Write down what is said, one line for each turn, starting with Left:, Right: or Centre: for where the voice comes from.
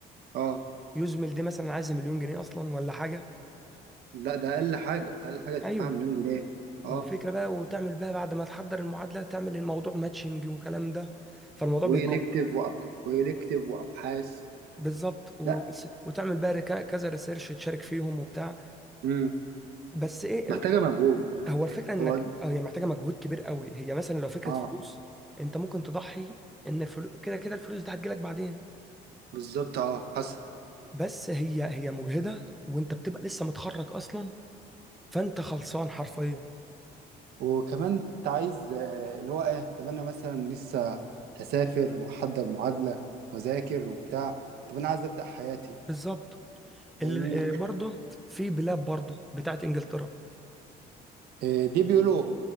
Right: اه
Centre: يزمل دي مثلا عايزة مليون جنيه أصلا ولا حاجة
Right: لا ده اقل حاجة اقل حاجة تدفعها
Centre: ايوه
Right: مليون جنيه اه
Centre: وفكرة بقى وتعمل بقى بعد ما تحضر المعادلة تعمل الموضوع ماتشنج وكلام ده فالموضوع
Right: والكتيف
Centre: بيطول
Right: وأب... والكتيف وابحاث
Centre: بالظبط وبس-
Right: لا
Centre: وتعمل بقى ركا- كذا ريسيرش تشارك فيهم وبتاع
Right: امم
Centre: بس ايه إيه،
Right: محتاجة مجهود
Centre: هو الفكرة انك
Right: هو
Centre: آه، هي محتاجة مجهود كبير قوي هي مثلا لو فكرة
Right: اه
Centre: فلوس انت ممكن تضحي ان الفلوس كده كده الفلوس دي هتجيلك بعدين
Right: بالظبط اه حصل
Centre: بس هي هي مجهدة وانت بتبقى لسه متخرج اصلا فانت خلصان حرفيا
Right: وكمان انت عايز آه، اللي هو ايه طب انا مثلا لسه هسافر واحضر معادلة واذاكر وبتاع طب انا عايز ابدأ حياتي
Centre: بالظبط
Right: فاهمني
Centre: اللي برضه في بلاد برضه بتاعت انجلترا
Right: إيه، دي بيقولوا